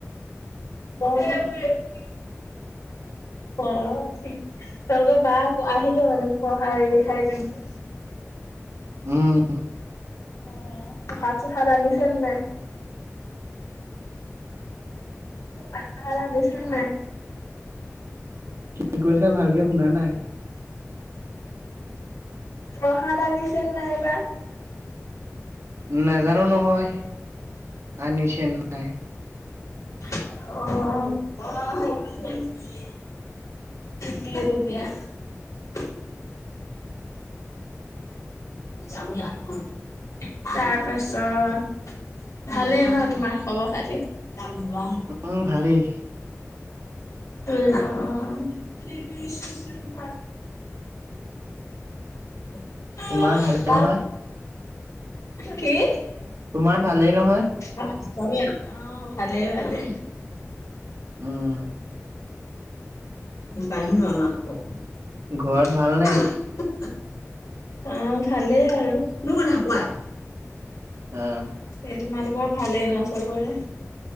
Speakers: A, on the left (about 85°); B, on the right (about 60°).
A: <inaudible> অ' তোমালোকৰ বা আহিলে মানে, পঢ়াই লিখাই পিনি
B: উম!
A: অ' প্ৰসাদ সষাদ আনিছে নে নাই? প্ৰসাদ সষাদ আনিছে নে নাই?
B: কি কৈছা, ভালকে শুনা নাই।
A: প্ৰসাদ আনি চে নাই বা?
B: নাজানো নহয় আনিছে নাই
A: অ''। কি দুপিয়া <inaudible> তাৰ পাছত ভালেই ন তোমাৰ খবৰ খাতি? ও'ম
B: উম ভালেই
A: অ'অ'অ <inaudible> ভাত <inaudible>
B: তোমাৰ ভালেই নহয়
A: কি?
B: তোমাৰ ভালেই নহয়
A: অ'' ভালে, ভালে। <inaudible>
B: উম
A: <inaudible> অ'' ভালেই
B: ঘৰত ভালনে
A: আৰু ন ন কাই <unintelligible>
B: অ'।
A: এই তোমালোকৰ ভালেই ন' চবৰে? <inaudible>